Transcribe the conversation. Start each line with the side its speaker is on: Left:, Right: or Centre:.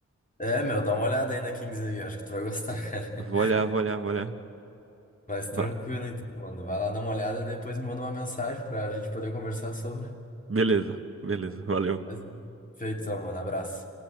Left: É, meu, dá uma olhada aí na Kings League, acho que tu vai gostar, <laughs> cara.
Right: Vou olhar, vou olhar, vou olhar.
Left: Mas
Right: Va-
Left: tranquilo, então, mano. Vai lá dar uma olhada e depois me manda uma mensagem pra gente poder conversar sobre.
Right: Beleza, beleza, valeu.
Left: Beleza? Feito, então, mano. Abraço.